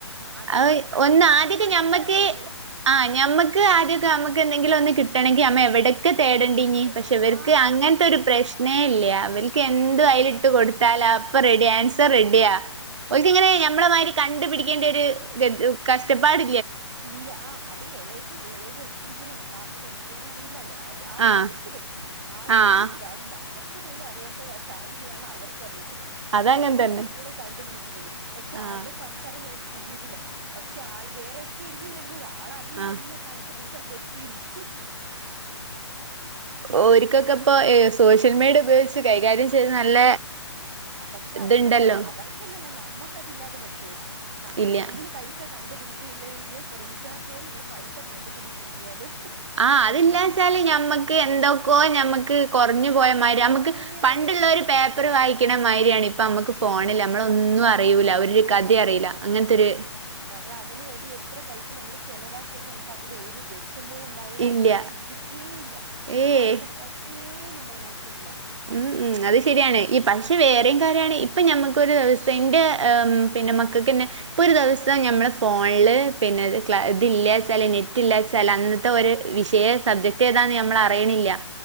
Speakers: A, on the right; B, on the right.
A: അതവർക്ക്
B: അഹ്
A: കഷ്ടപ്പെടാൻ
B: ആദ്യക്കെ
A: വയ്യ
B: ഞമ്മക്ക്
A: അവർക്ക്
B: ആ ഞമ്മക്ക് ആദ്യൊക്കെ നമുക്ക് എന്തെങ്കിലൊന്ന് കിട്ടണെങ്കി നമ്മ എവിടെക്കെ തേടേണ്ടിനി
A: പെരേന്ന്
B: പക്ഷെ ഇവര്ക്ക്
A: ആഹ്
B: അങ്ങനത്തെൊര് പ്രശ്നേല്ല അവല്ക്ക് എന്ത് അയിലിട്ട് കൊട്ത്താലപ്പൊ റെഡ്യാ ആൻസർ റെഡിയാ ഓല്ക്ക്ങ്ങനെ ഞമ്മളെമ്മാരി കണ്ട്പിടിക്കേണ്ടോര് ഗ കഷ്ടപ്പാട്
A: ഇല്ല ആ അത് എളേത് എളേത് എൽ കെ ജിയിലാണ് അപ്പൊവക്ക് ടൈപ്പേയ്യാൻ അറീലല്ലോ അവ ആള്
B: ആഹ്
A: വോയിസ്ടും ആള്
B: ആഹ്
A: വോയിസ്ടും അവ നമ്മക്ക് പോലും അറിയാത്ത ക കാര്യങ്ങളാണ് അവർക്കറിന്നത്
B: അതങ്ങനെ
A: ആള് വോയിസിട്ടാണ്
B: തന്നെ
A: കണ്ട്പിടിക്ക്ന്നത് പക്ഷെ
B: ആഹ്
A: ആള്ടെ സംസാരം നേര തിരിഞ്ഞിട്ടില്ല പക്ഷെ ആൾ വേറെക്കെയിരിക്കും വര്ന്നത് ആൾ അതിന്നെല്ലാ
B: ആഹ്
A: കണ്ട് പിടിച്ച് അതില് എത്തിയിരിക്കും
B: ഓര്കൊക്കെ ഇപ്പൊ ഏഹ് സോഷ്യൽ മീഡിയ ഉപയോഗിച്ച് കൈകാര്യം ചെയ്ത് നല്ല
A: പക്ഷെ
B: ഇതുണ്ടല്ലോ
A: അവർക്കതി അവർക്കെന്നല്ല നമ്മക്കതില്ലാതെ പറ്റോ നമ്മളീ
B: ഇല്ല
A: എന്തിന് പൈസ കണ്ടുപിടിച്ചില്ലേങ്കിലും റീചാർജ്‌യ്യാന് നമ്മള് പൈസ കണ്ടു പിടിച്ചിരിക്കു അല്ലെ
B: ആഹ് അതില്ലാച്ചാല്
A: നം
B: ഞമ്മക്ക് എന്തൊക്കോ ഞമ്മക്ക് കൊറഞ്ഞ് പോയമാരി നമ്മക്ക്
A: കൊറഞ്ഞു
B: പ
A: പോയ
B: ണ്ട്ള്ളോര്
A: പോലെ
B: പേപ്പറ് വായി <unintelligible> മാരിയാണ് ഇപ്പമ്മക്ക് ഫോണില് നമ്മളൊന്നും
A: ഫോണ് ആഹ്
B: അറിയൂല ഒര് കഥെ അറീല അങ്ങൻത്തൊര്
A: നമ്മളതിന് വേണ്ടി എത്ര പൈസ നമ്മള് ചെലവാക്കിയാലും നമ്മക്ക് അതില് ഒര് വെശ മംണ്ടാവൂല
B: ഇല്ല
A: അത് നമ്മള് ചിന്തിക്കേയില്ല നമ്മളതിനെ
B: ഏയ്
A: പറ്റിയേ നമ്മള് നോക്ക്ല്ല
B: ഉം ഉം അത് ശരിയാണ് ഇ പക്ഷെ വേറെം കാര്യാണ് ഇപ്പൊ ഞമ്മക്കൊര് സെന്റ് ഉം പിന്നെ മക്കക്കെന്നെ ഇപ്പൊരു ദിവസം ഞമ്മള് ഫോണ്ല് പിന്നെ ക്ല ഇതില്ലാച്ചാല് നെറ്റ് ഇല്ലാച്ച അന്നത്തെ ഒര് വിഷയെ സബ്ജെക്റ്റേതാ ഞമ്മളറീണില്ല